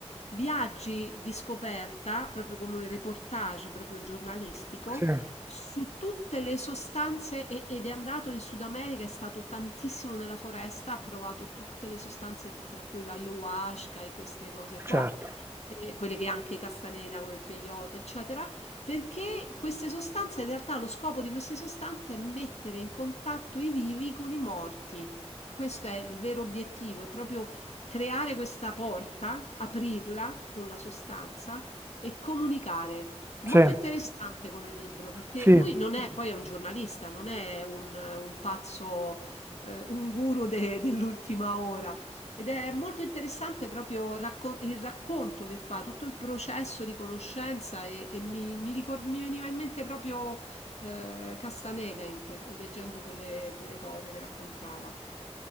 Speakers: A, on the left; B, on the right.
A: viaggi di scoperta, proprio come un reportage proprio giornalistico,
B: sì,
A: su tutte le sostanze e- ed è andato in Sud America, è stato tantissimo nella foresta, ha provato tutte le sostanze tra cui la ayahuasca e queste cose qua
B: certo,
A: eh, quelle che anche Castaneda, come il peyote, eccetera, perché queste sostanze, in realtà lo scopo di queste sostanze è mettere in contatto i vivi con i morti. Questo è il vero obiettivo, è proprio creare questa porta, aprirla con la sostanza e comunicare. Molto
B: sì,
A: interessante come libro, perché
B: sì.
A: lui non è, poi è un giornalista, non è un, un pazzo, eh, un guru de- dell'ultima ora ed è molto interessante proprio raccon- il racconto che fa, tutto il processo di conoscenza e, e mi, mi ricor- mi veniva in mente proprio eh, Castaneda in que- leggendo quelle, quelle cose che raccontava.